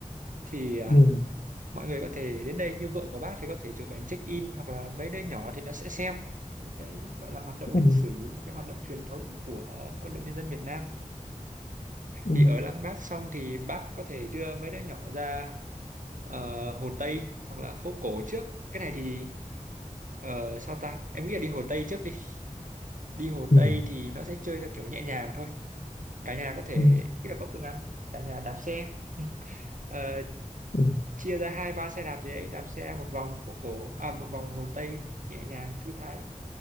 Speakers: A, on the right; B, on the left.
A: Thì à,
B: ừ,
A: mọi người có thể đến đây như vợ của bác thì có thể chụp ảnh check-in hoặc là mấy đứa nhỏ thì nó sẽ xem một cái gọi là hoạt động
B: ừ,
A: lịch sử, một cái hoạt động truyền thống của quân đội nhân dân Việt Nam.
B: ừ,
A: Thì ở Lăng Bác xong thì bác có thể đưa mấy đứa nhỏ ra ờ, Hồ Tây hoặc là phố cổ trước cái này thì ờ, sao ta em nghĩ là đi Hồ Tây trước đi đi Hồ
B: ừ,
A: Tây thì nó sẽ chơi theo kiểu nhẹ nhàng thôi cả nhà có thể
B: ừ,
A: nghĩ là có phương án cả nhà đạp xe ờ,
B: ừ.
A: chia ra hai ba xe đạp gì đấy đạp xe một vòng phố cổ à một vòng Hồ Tây nhẹ nhàng thư thái